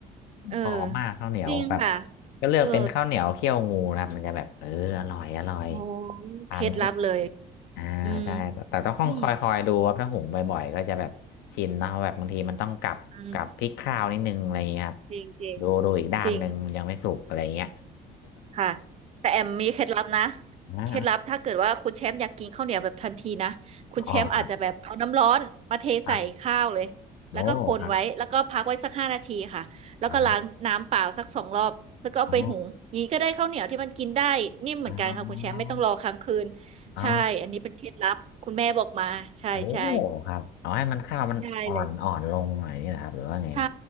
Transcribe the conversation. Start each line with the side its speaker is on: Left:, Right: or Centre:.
Right: เออ
Left: หอมมากข้าวเหนียวแบบ
Right: จริงค่ะ
Left: ก็เลือกเป็นข้าวเหนียวเคี่ยวงูนะครับมันจะแบบเอออร่อยอร่อย
Right: เออโอ้
Left: ทาน
Right: เคล็ดลับเลย
Left: อ่าใช่แต่แต่ต้องคอยคอยดูครับถ้าหุงบ่อยๆก็จะแบบชินเนาะแบบบางทีมันต้องกลับกลับพลิกข้าวนิดนึงอะไรอย่างเงี้ยครับ
Right: อืมอืมอืมจริงจริง
Left: ดูดูอีกด้านหนึ่งยังไม่สุกอะไรอย่างเงี้ย
Right: จริง ค่ะแต่แอมมีเคล็ดลับนะ
Left: <laughs> อ่า
Right: เคล็ดลับถ้าเกิดว่าคุณแชมป์อยากกินข้าวเหนียวแบบทันทีนะคุณแชมป์อาจจะแบบเอาน้ำร้อนมาเทใส่ข้าวเลยแล้วก็คนไว้แล้วก็พักไว้สักห้านาทีค่ะแล้วก็ล้างน้ำเปล่าสักสองรอบแล้วก็เอาไปหุงงี้ก็ได้ข้าวเหนียวที่มันกินได้นิ่มเหมือนกันค่ะคุณแชมป์ไม่ต้องรอค้างคืน
Left: อ๋อครับครับโอ้ครับอ๋ออ๋ออ๋ออ๋อ
Right: ใช่อันนี้เป็นเคล็ดลับคุณแม่บอกมาใช่ใช่
Left: โอ้ครับเอาให้มันข้าวมันอ่อนอ่อนลงหน่อยนี่นะครับหรือว่าไง
Right: ได้เลย ใช่